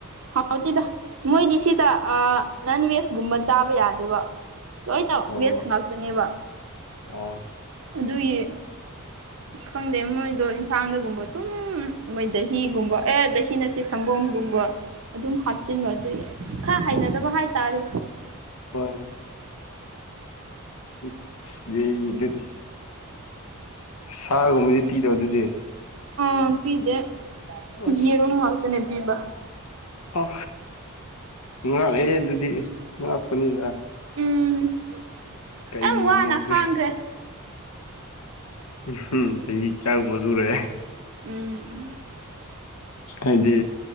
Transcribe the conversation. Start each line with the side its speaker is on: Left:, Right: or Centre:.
Right: ꯍꯥꯎꯇꯤꯗ ꯃꯣꯏꯗꯤ ꯁꯤꯗ ꯑꯥ ꯅꯟꯚꯦꯖꯒꯨꯝꯕ ꯆꯥꯕ ꯌꯥꯗꯦꯕ ꯂꯣꯏꯅ
Left: ꯑꯣ
Right: ꯚꯦꯠꯖ ꯉꯥꯛꯇꯅꯦꯕ
Left: ꯑꯣ
Right: ꯑꯗꯨꯢꯌꯤ
Left: <inaudible>
Right: ꯈꯪꯗꯦ ꯃꯣꯏꯗꯣ ꯏꯟꯁꯥꯡꯗꯒꯨꯝꯕ ꯗꯨꯝ ꯃꯣꯏ ꯗꯍꯤꯒꯨꯝꯕ ꯑꯦ ꯗꯍꯤ ꯅꯠꯇꯦ ꯁꯪꯒꯣꯝꯒꯨꯝꯕ ꯑꯗꯨꯝ ꯍꯥꯞꯆꯤꯟꯕ ꯑꯗꯨꯏ ꯈ꯭ꯔ ꯍꯩꯅꯗꯕ ꯍꯥꯏꯇꯥꯔꯦ
Left: ꯍꯣꯏ <unintelligible> ꯗꯨꯗꯤ ꯁꯥꯒꯨꯝꯕꯗꯤ ꯄꯤꯗꯔꯣ ꯑꯗꯨꯗꯤ
Right: <unintelligible> ꯄꯤꯗꯦ
Left: ꯑꯁ
Right: ꯌꯦꯔꯣꯝ ꯉꯥꯛꯇꯅꯦ ꯄꯤꯕ
Left: ꯑꯣ ꯉꯛꯑꯦ ꯑꯗꯨꯗꯤ ꯉꯛꯄꯅꯤꯗ
Right: ꯎꯝ
Left: ꯀꯩꯒꯨꯃꯣꯁꯅꯦꯜ
Right: ꯌꯥꯝ ꯋꯥꯅ ꯈꯥꯡꯈ꯭ꯔꯦ
Left: ꯎꯝ ꯍꯝ ꯆꯍꯤ ꯇ꯭ꯔꯥꯎꯉ ꯁꯨꯔꯦ
Right: ꯎꯝ
Left: ꯍꯥꯏꯗꯤ